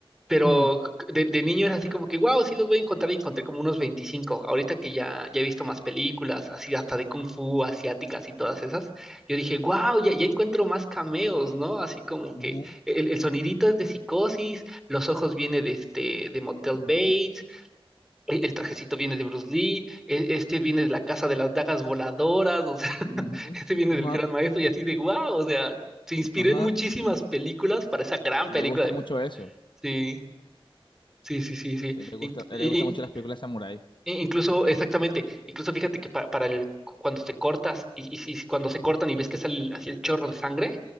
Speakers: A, in the centre; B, on the left.
A: pero
B: No.
A: de, de niño era así como que, wow, sí los voy a encontrar y encontré como unos veinticinco Ahorita que ya, ya he visto más películas, así hasta de Kung Fu, asiáticas y todas esas, yo dije, wow, ya, ya encuentro más cameos, ¿no? Así como que
B: Ujú,
A: el, el sonidito es de Psicosis, los ojos viene de, este, de Motel
B: ujú,
A: Bates, e- el, trajecito viene de Bruce Lee, e- este viene de la casa de las dagas voladoras, o sea, <laughs>
B: ujú,
A: este viene
B: Ajá,
A: del gran maestro y así de, wow, o sea, se inspiró
B: ajá.
A: en muchísimas
B: A
A: películas para esa gran
B: Él
A: película
B: le gusta
A: de...
B: mucho eso.
A: Sí. Sí, sí, sí, sí.
B: A Él le gusta,
A: In-
B: a
A: i-
B: él le gusta mucho
A: i-
B: las películas de samurái.
A: incluso, exactamente, incluso fíjate que pa- para el, cuando te cortas y, y si- cuando se cortan y ves que sale así el chorro de sangre,